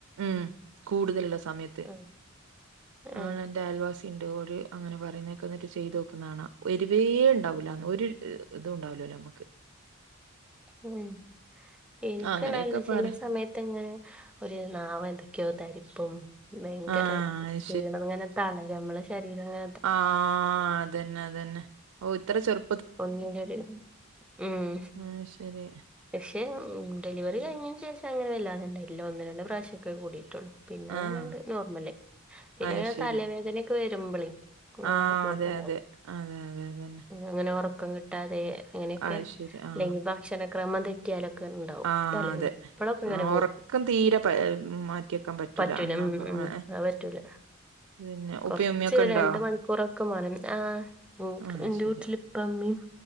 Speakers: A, on the right (about 75°); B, in the centre.
A: ഉ കൂടുതലുള്ള സമയത്ത്
B: ആഹ്
A: ആ
B: ആഹ്
A: എറെ ആൽവാസി ചി്ോട് അങ്ങനെ പറയുന്നതൊക്കെന്നിട്ട് ചെയ്ത് നോക്കുന്നതാണ് വവേ ഉണ്ടാവില്ലോ ഒരു ഇതും ഉണ്ടാവില്ലോ നമുക്ക്
B: ഉം എനിക്ക്
A: അങ്ങനെയൊക്കെ
B: നല്ല
A: പറ
B: ചില സമയത്ത് ഇങ്ങനെ ഒരു നാമ എതൊക്കെയോ തരി അപ്പം ഭയങ്കര
A: ആഹ് അത്
B: ചീളം അങ്ങനെ തള നമ്മളെ ശരീരംങ്ങ
A: ആഹ അതന്നെ അത തന്നെ ഓ ഇത്ര ചെറുപ്പ
B: ഒന്നിന്റെ ഒരു ഉം
A: അത് ശരി.
B: പക്ഷെ ഡെലിവറി കഴിഞ്ഞതിനന് ശേഷം അങ്ങനെ വല്ലാന്നുണ്ടായില്ല ഒന്ന് രണ്ട പ്രാവശ്യം ഒക്കെ കൂടി പിന്നെ അങ്ങനണ്ട്
A: ആഹ്
B: നോർമല് പിന്നെങ്ങനെ
A: അത് ശരി.
B: തലവേദനൊക്കെ വരുമ്പോളേ
A: ആഹ്
B: അ കൂടുതലാവും
A: അതെ അതെ. അതെ അതെ അതന്നെ.
B: അങ്ങനെ ഉറക്കം കിട്ടാതെ അങ്ങനെയൊക്കെ
A: അത് ശരി. ആഹ്
B: അല്ലെങ്കിൽ ഭക്ഷണക്രമം ത റ്റിയാലൊക്കെ ഉണ്ടാവും
A: ആഹ്
B: തലേദന
A: അതെ.
B: എപ്പഴൊക്കെ ഇങ്ങനെ
A: ആഹ്
B: കൊടുക്കും
A: ഒറക്കം തീരെ പ മാറ്റിവെക്കാൻ
B: പറ്റൂല
A: അങ്ങനാവുമ്പോ
B: ഉം ഉം
A: ഏഹ്
B: അ പറ്റൂല
A: പിന്നെ
B: കൊറച്ച്
A: ഉപ്പയും ഉമ്മയൊക്കെണ്ടോ?
B: രണ്ട് മണിക്കൂറൊക്കെ മാര ആ്ക്ക്
A: ആഹ് അത്
B: എന്റെ
A: ശരി.
B: വീട്ടിലിപ്പ മ്മ